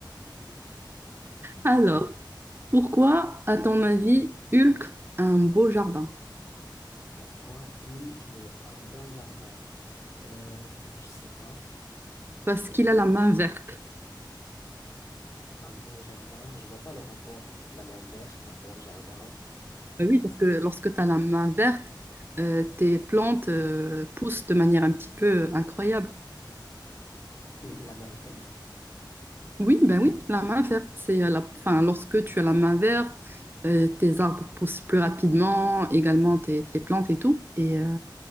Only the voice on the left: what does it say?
Hmm.
Pourquoi Hulk a un bon jardin? Euh, je sais pas.
Un bon jardin, je vois pas le rapport. La main verte, un bon jardin.
La main verte?